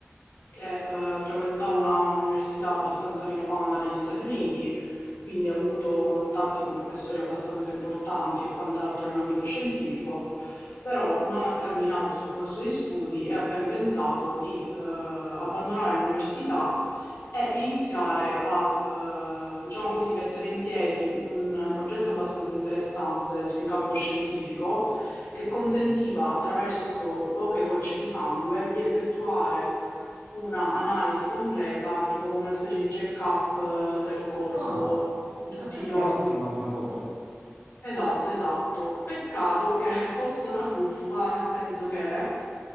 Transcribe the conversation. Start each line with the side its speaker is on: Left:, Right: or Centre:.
Left: che eh, frequentava una università abbastanza rinomata negli Stati Uniti, quindi ha avuto contatti con professori abbastanza importanti e quant'altro in ambito scientifico, però non ha terminato il suo corso di studi e ha ben pensato di eh, abbandonare l'università è iniziare a, eh, diciamo così, mettere in piedi un progetto abbastanza interessante in campo scientifico che consentiva attraverso poche gocce di sangue di effettuare una analisi completa, tipo come una specie di check-up eh, del corpo,
Right: Ah,
Left: di tutti
Right: e questa
Left: gli organi.
Right: è ottima come cosa.
Left: Esatto, esatto. Peccato che <laughs> fosse una truffa, nel senso che